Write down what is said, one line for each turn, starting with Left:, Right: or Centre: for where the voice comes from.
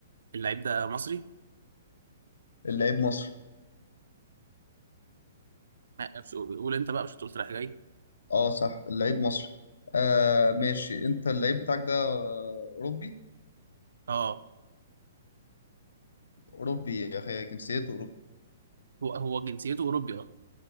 Right: اللعيب ده مصري
Left: اللعيب مصري
Right: لا، بس قول قول انت بقى مش هتقول رايح جاي
Left: اه صح اللعيب مصري آه ماشي انت اللعيب بتاعك ده آه، اوروبي
Right: اه
Left: اوروبي يا اخي جنسيته اوروبي
Right: هو هو جنسيته اوروبي اه